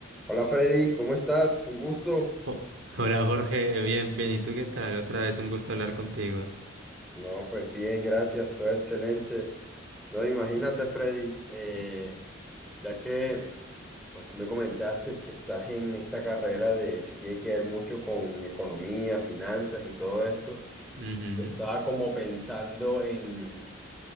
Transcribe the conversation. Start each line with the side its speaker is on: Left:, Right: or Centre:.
Centre: Hola Freddy, ¿cómo estás? Un gusto.
Right: Oh, Hola Jorge, bien, bien. ¿Y tú qué tal? Otra vez un gusto hablar contigo.
Centre: No, pues bien, gracias, todo excelente. No, imagínate Freddy, eh, ya que pues tú me comentaste que estás en esta carrera de que tiene que ver mucho con economía, finanzas y todo esto.
Right: Ujú,
Centre: Yo estaba como pensando en,